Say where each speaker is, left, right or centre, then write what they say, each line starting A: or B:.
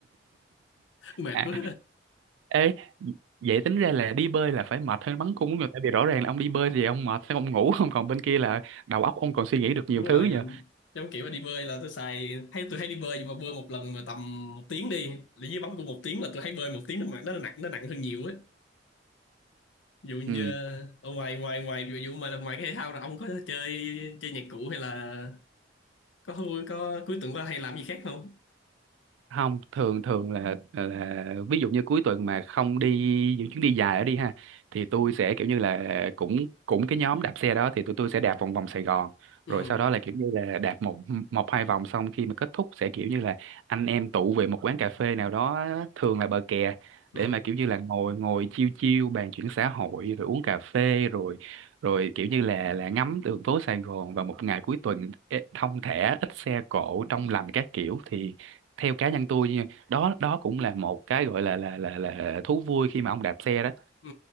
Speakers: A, on the left; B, on the right.
A: <laughs> mệt
B: À,
A: quá
B: ê vậy tính ra là đi bơi là phải mệt hơn bắn cung của người tại vì rõ ràng là ông đi bơi thì ông mệt sẽ ông ngủ không còn bên kia là đầu óc ông còn suy nghĩ được nhiều
A: đúng
B: thứ
A: rồi
B: nhờ
A: trong kiểu mà đi bơi là tôi xài hay tôi hay đi bơi nhưng mà bơi một lần mà tầm một tiếng đi là dưới bắn của một tiếng là tôi thấy bơi một tiếng nó mà- nó nặng nó nặng hơn nhiều ấy ví dụ như
B: ừ
A: ờ, ở ngoài ngoài ngoài ví dụ mà là ngoài cái thể thao là ông có chơi chơi nhạc cụ hay là có vui có cuối tuần qua hay làm gì khác không
B: không thường thường là là ví dụ như cuối tuần mà không đi những chuyến đi dài đó đi ha thì tôi sẽ kiểu như là cũng cũng cái nhóm đạp xe đó thì tụi tôi sẽ đạp vòng vòng Sài Gòn
A: ừ
B: rồi sau đó là kiểu như là đạp một một hai vòng xong khi mà kết thúc sẽ kiểu như là anh em tụ về một quán cà phê nào đó thường là bờ kè để
A: ừ
B: mà kiểu như là ngồi ngồi chiêu chiêu bàn chuyện xã hội rồi uống cà phê rồi rồi kiểu như là là ngắm đường phố Sài Gòn vào một ngày cuối tuần ế, thong thả ít xe cộ trong lành các kiểu thì theo cá nhân tôi nha, đó đó cũng là một cái gọi là là là là thú vui khi mà ông đạp xe đó
A: ừ